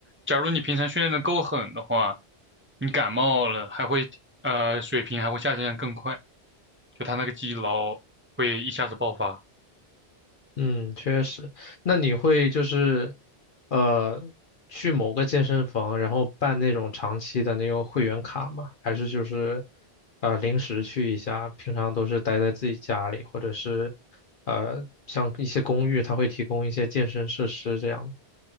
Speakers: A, on the right (about 20°); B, on the left (about 55°).
A: 假如你平常训练的够狠的话，你感冒了还会呃水平还会下降更快，就他那个积劳会一下子爆发。
B: 嗯，确实。那你会就是，呃，去某个健身房，然后办那种长期的那种会员卡吗？还是就是，呃，临时去一下？平常都是待在自己家里，或者是，呃，像一些公寓，它会提供一些健身设施这样